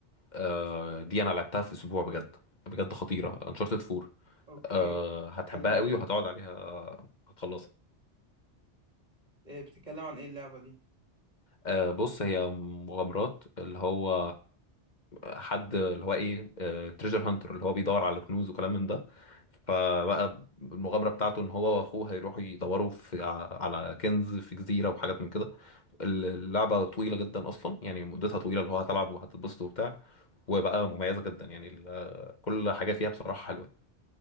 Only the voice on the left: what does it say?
أه دي انا لعبتها في اسبوع بجد بجد خطيرة انشارتد 4
أه هتحبها
قوي وهتقعد عليها هتخلصها
أه بص هي مغامرات اللي هو حد اللي هو ايه تريجر هانتر اللي هو بيدور على كنوز وكلام من ده فبقى المغامرة بتاعته ان هو واخوه هيروحوا يدوروا في ع- على كنز في جزيرة وحاجات من كده اللعبة طويلة جدا اصلا يعني مدتها طويلة اللي هو هتلعب وهتتبسط وبتاع وبقى مميزة جدا يعني ال- كل حاجة فيها بصراحة حلوة